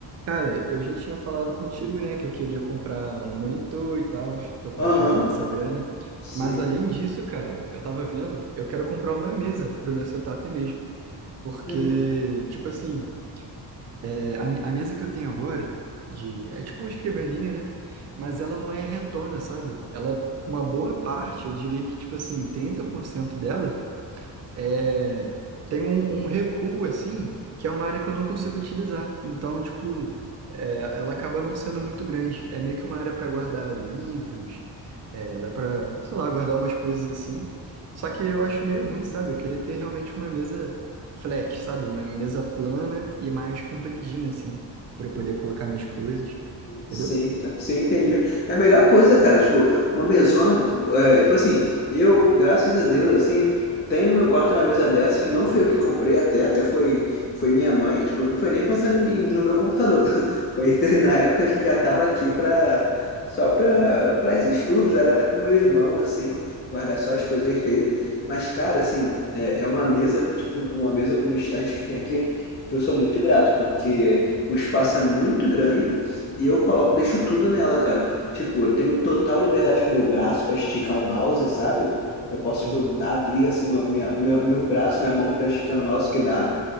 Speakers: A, on the right; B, on the left.
A: Cara, eu já tinha falado contigo, né, que eu queria comprar um monitor e tal, tô quase
B: Aham,
A: juntando essa grana.
B: sim.
A: Mas além disso, cara, eu tava vendo, eu quero comprar uma mesa pro meu setup mesmo. Porque,
B: Uhum.
A: tipo assim, é, a, mi- a mesa que eu tenho agora, de, é tipo uma escrivaninha, né? Mas ela não é retona, sabe? Ela, uma boa parte, eu diria que, tipo assim, 30% dela é, tem um, um recuo, assim, que é uma área que eu não consigo utilizar. Então, tipo, é, ela acaba não sendo muito grande. É meio que uma área para guardar livros, é, dá para, sei lá, guardar umas coisas assim. Só que eu acho meio ruim, sabe? Eu queria ter realmente uma mesa flat, sabe? Uma mesa plana e mais compridinha, assim, para eu poder colocar minhas coisas, entendeu?
B: Sim, cara. Sim, entendi. É a melhor coisa, cara. Tipo, uma mesona. é, tipo assim, eu, graças a Deus, assim, tenho no meu quarto uma mesa dessa que não foi eu que comprei até, até foi, foi minha mãe. Tipo, não foi nem pensando em- no meu computador. <laughs> Foi, na época, tipo, já tava aqui pra, só pra, pra esses estudos, era até pro meu irmão, assim, guardar só as coisas dele. Mas, cara, assim, é, é uma mesa, tipo, uma mesa como estante que tem aqui, que eu sou muito grato, porque o espaço é muito grande. E eu coloco, deixo tudo nela, cara. Tipo, eu tenho total liberdade com o meu braço pra esticar o mouse, sabe? Eu posso, tipo,
A: Uhum.
B: abrir assim meu, minha, meu, meu braço, minha mão pra esticar no mouse que dá.